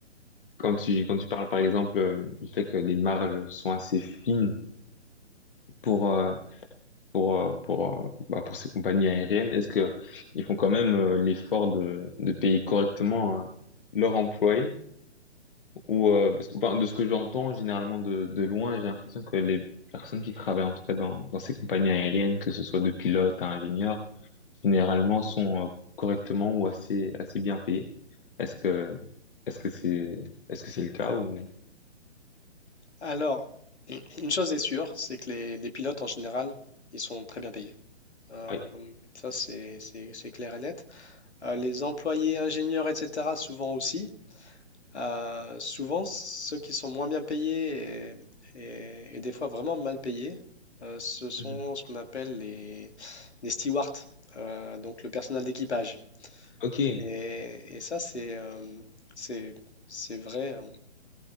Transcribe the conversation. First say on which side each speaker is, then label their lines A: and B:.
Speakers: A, on the left; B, on the left.
A: quand tu quand tu parles par exemple euh, du fait que les marges sont assez fines pour euh, pour euh, pour euh, bah, pour ces compagnies aériennes? Est-ce que ils font quand même euh, l'effort de de payer correctement euh, leurs employés ou euh, parce que bah, de ce que j'entends généralement de de loin, j'ai l'impression que les personnes qui travaillent en tout cas dans dans ces compagnies aériennes, que ce soit de pilotes à ingénieurs, généralement sont euh, correctement ou assez assez bien payés. Est-ce que est-ce que c'est est-ce que c'est le cas ou
B: Alors, <clears throat> une chose est sûre, c'est que les, les pilotes en général, ils sont très bien payés. Euh,
A: Oui.
B: ça, c'est c'est- c'est clair et net. Euh, les employés, ingénieurs, etc., souvent aussi. Euh, souvent, ceux qui sont moins bien payés et, et- et des fois vraiment mal payés, euh, ce sont
A: Mhm.
B: ce qu'on appelle les, les stewards, euh, donc le personnel d'équipage.
A: Ok.
B: Et, et ça, c'est euh, c'est c'est vrai euh,